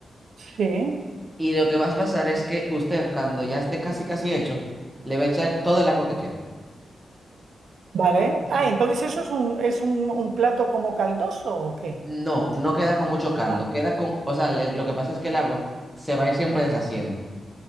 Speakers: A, on the right (about 75°); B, in the centre.
A: sí,
B: Y lo que va a pasar es que usted, cuando ya esté casi casi hecho, le va a echar todo el agua que queda.
A: Vale.
B: Entonces,
A: Ah, entonces eso es un, es un, un plato como caldoso o qué?
B: no, no queda con mucho caldo,
A: Ah,
B: queda con, o sea, le- lo que pasa es que el agua se va a ir siempre deshaciendo.